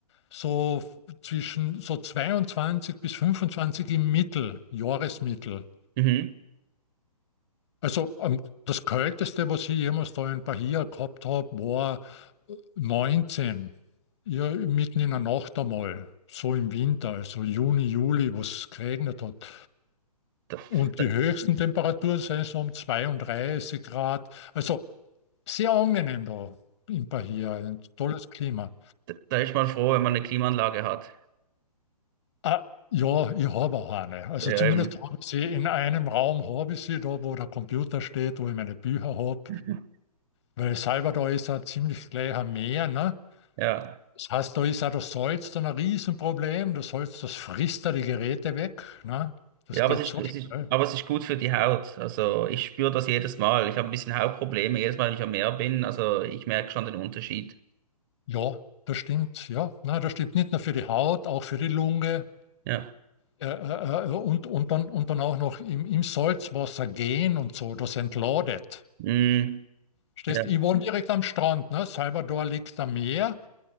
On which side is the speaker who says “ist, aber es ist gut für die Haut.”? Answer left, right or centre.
Right